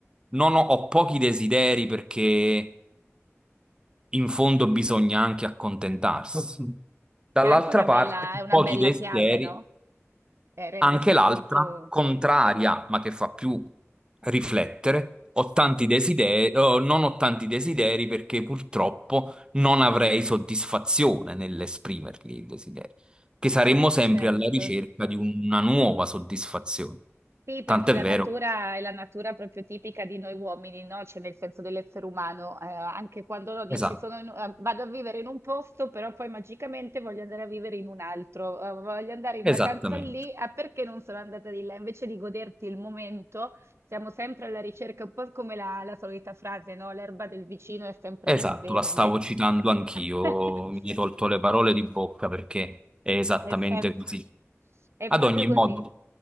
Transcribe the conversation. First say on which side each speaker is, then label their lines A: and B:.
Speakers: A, on the right (about 20°); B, on the right (about 60°).
A: non ho, ho pochi desideri perché in fondo bisogna anche accontentarsi. Dall'altra
B: È anche una bella,
A: parte,
B: è una
A: pochi
B: bella
A: desideri.
B: chiave, no? Eh, rendersi
A: Anche l'altra,
B: conto.
A: contraria, ma che fa più riflettere, ho tanti desideri, oh, non ho tanti desideri perché purtroppo non avrei soddisfazione nell'esprimerli i desideri, che saremmo
B: Ah,
A: sempre
B: certo.
A: alla ricerca di una nuova soddisfazione.
B: Sì, perché
A: Tant'è
B: la
A: vero.
B: natura è la natura proprio tipica di noi uomini, no? Cioè nel senso dell'essere umano, eh, anche quando no, dici
A: Esatto,
B: sono in- eh, vado a vivere in un posto, però poi magicamente voglio andare a vivere in un altro, eh, voglio andare in
A: esattamente.
B: vacanza lì, ah perché non sono andata di là? Invece di goderti il momento, siamo sempre alla ricerca, un po' come la, la solita frase, no? L'erba del vicino è sempre
A: Esatto,
B: più verde.
A: la stavo citando anch'io,
B: <laughs>
A: mi hai tolto le parole di bocca perché è esattamente
B: È sem-
A: così.
B: è
A: Ad
B: proprio
A: ogni
B: così.
A: modo,